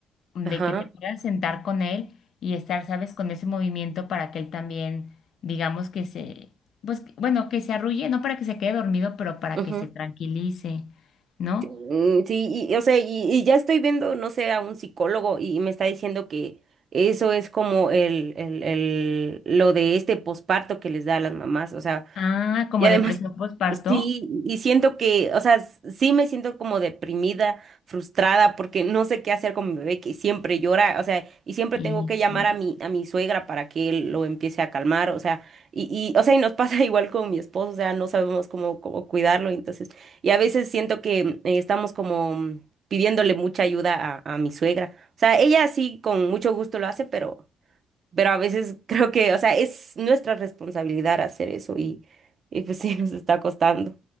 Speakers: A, on the left (about 65°); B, on the right (about 55°).
A: de
B: Ajá.
A: que te puedas sentar con él y estar, sabes, con ese movimiento para que él también, digamos que se, pues, que- bueno, que se arrulle, no para que se quede dormido, pero para
B: ujú.
A: que se tranquilice, ¿no?
B: Mm, Sí, y, y, o sea, y, y ya estoy viendo, no sé, a un psicólogo y me está diciendo que eso es como el, el, el, lo de este posparto que les da a las mamás, o sea,
A: Ah, como
B: Y además,
A: depresión postparto.
B: sí, y siento que, o sea, s- sí me siento como deprimida, frustrada, porque no sé qué hacer con mi bebé que siempre llora, o sea, y siempre
A: Y,
B: tengo que llamar
A: y-
B: a mi, a mi suegra para que él lo empiece a calmar, o sea, y, y, o sea, y nos pasa <laughs> igual con mi esposo, o sea, no sabemos cómo, cómo cuidarlo, entonces, y a veces siento que eh, estamos como mm, pidiéndole mucha ayuda a, a mi suegra. O sea, ella sí con mucho gusto lo hace, pero pero a veces <laughs> creo que, o sea, es nuestra responsabilidad hacer eso y, y pues sí, nos está costando.